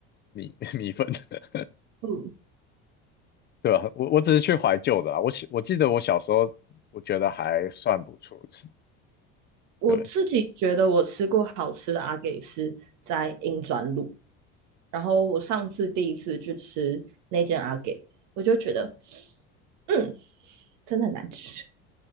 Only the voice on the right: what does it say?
嗯，
<laughs> 我自己觉得我吃过好吃的阿给是在英专路，
然后我上次第一次去吃那间阿给，我就觉得，嗯，真的很难吃。